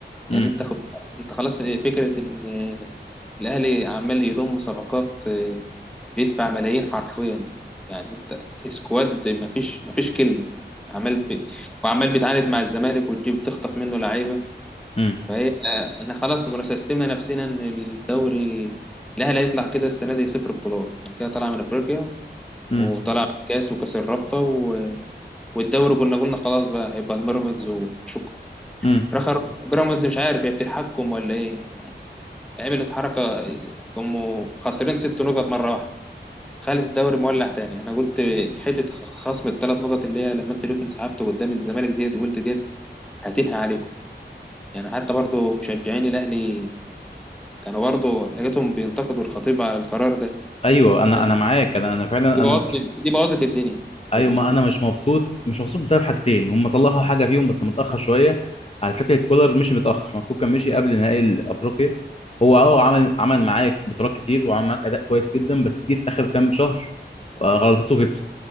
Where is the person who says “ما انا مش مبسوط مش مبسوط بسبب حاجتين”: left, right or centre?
Left